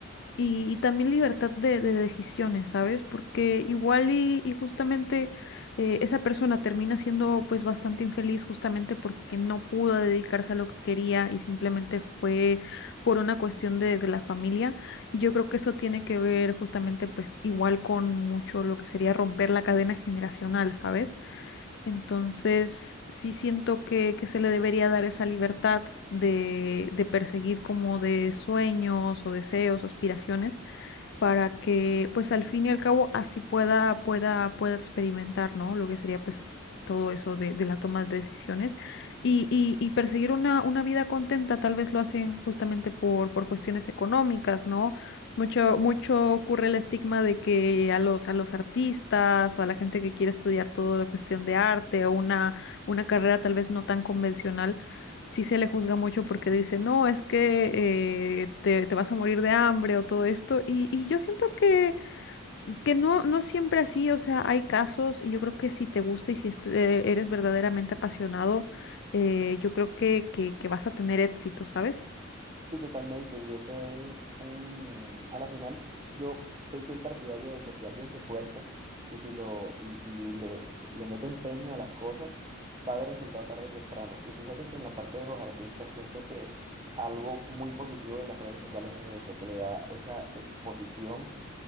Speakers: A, on the left; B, on the right.
A: y, y también libertad de, de decisiones, ¿sabes? Porque igual y, y justamente eh, esa persona termina siendo pues bastante infeliz justamente porque no pudo dedicarse a lo que quería y simplemente fue por una cuestión de, de la familia. Y yo creo que eso tiene que ver justamente pues igual con mucho lo que sería romper la cadena generacional, ¿sabes? Entonces sí siento que, que se le debería dar esa libertad de, de perseguir como de sueños o deseos, aspiraciones para que pues al fin y al cabo así pueda, pueda, pueda experimentar, ¿no? Lo que sería pues todo eso de, de la toma de decisiones y, y, y perseguir una, una vida contenta, tal vez lo hacen justamente por, por cuestiones económicas, ¿no? Mucho, mucho ocurre el estigma de que a los, a los artistas o a la gente que quiere estudiar toda la cuestión de arte o una, una carrera tal vez no tan convencional, sí se le juzga mucho porque dice, no, es que eh, te, te vas a morir de hambre o todo esto. Y, y yo siento que, que no, no es siempre así, o sea, hay casos y yo creo que si te gusta y si este- eres verdaderamente apasionado, eh, yo creo que, que, que vas a tener éxito, ¿sabes?
B: Sí, totalmente, y eso es un, a la final, yo soy fiel partidario de que si alguien se esfuerza y si lo, y si le, si le mete empeño a las cosas, va a haber resultado tarde o temprano. Y fíjate que en la parte de los artistas siento que algo muy positivo de las redes sociales es eso, que le da esa exposición